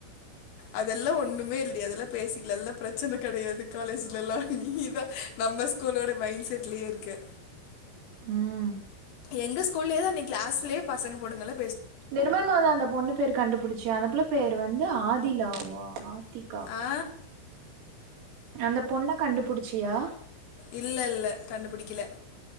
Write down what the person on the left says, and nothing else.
அதெல்லா ஒண்ணுமே இல்லடி அதெல்லா பேசிக்கலா அதல்லா பிரச்சன கெடையாது காலேஜ்ல எல்லா நீதா நம்ம ஸ்கூலோட மைண்ட் செட்லயே இருக்க
எங்க ஸ்கூலேயே அந்த கிளாஸ்லயே பசங்க போட்டுங்கல
ஆ
இல்லல்ல கண்டுபுடிக்கல